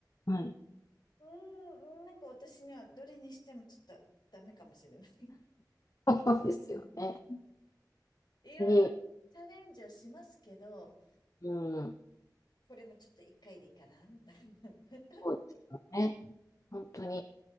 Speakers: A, on the left; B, on the left.
A: うん
B: うーん、なんか私にはどれにしてもちょっとダメかもしれない。
A: そうですよね。
B: <laughs> いろいろチャレンジをしますけど、
A: に、うん。
B: これもちょっと一回でいいかな、みたいな。<laughs>
A: そうですね。本当に。